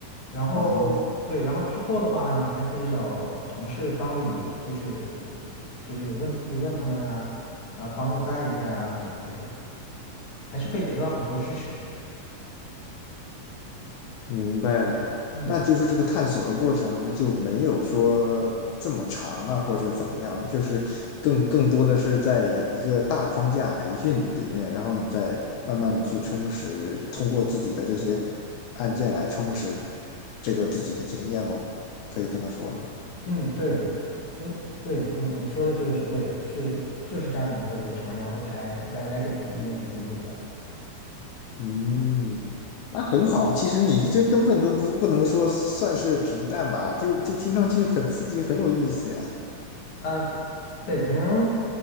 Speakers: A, on the left (about 50°); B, on the left (about 85°).
A: 然后对，
B: 哦，
A: 然后之后的话，你还可以找同事帮你，就是就是有问题可以问他们呀，然后帮着带一下呀什么的这种，还是可以得到很多支持的。
B: 明白了，
A: 嗯
B: 那就是这个探索的过程就没有说这么长啊，或者怎么样，就是更更多的是在一个大框架培训里面，然后你再慢慢的去充实，通过自己的这些案件来充实这个自己的经验喽，可以这么说吗？
A: 嗯，对，嗯对，你你说的这个是对的，是就是这样的一个流程，然后才来来给自己一点点进步的。
B: 嗯，那很好啊。其实你这根本都不不能说算是平淡吧，就就听上去很刺激，很有意思呀。
A: 呃，对，可能